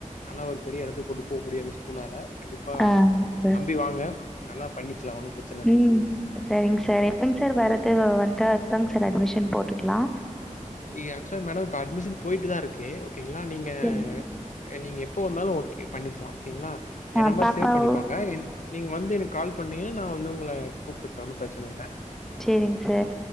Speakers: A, on the left; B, in the centre.
A: நல்ல ஒரு பெரியெடத்துக் கொண்டு போக முடியு எங்க ஸ் கூலால கண்டிப்பா
B: ஆங் சார்.
A: நம்பி வாங்க நல்லா பண்ணிக்கலா ஒன்னு ப்ரச்
B: ம் செரிங் சார் எப்போங்க சார் வர்றது வந்தா எப்பங் சார் அட்மிஷன் போட்டுக்லா
A: ய ஆக்சுவலா மேடோ இப்ப அட்மிஷன் போயிட்டு தா இருக்கு ஓகேங்களா நீங்க
B: சரி.
A: அ நீங்க எப்ப வந்தாலு ஓகே பண்ணிக்லா ஓகேங்ளா எ
B: ஆ
A: நம்பர்
B: பாப்பாவ
A: சேவ் பண்ணிக்கோங்க இந் நீங் வந்து எனக் கால் பண்ணீங்கன்னா நா வந்து உங்கள கூப்ட்டுப்பே ஒன்னு பிரச்சன இல்ல
B: செரிங் சார்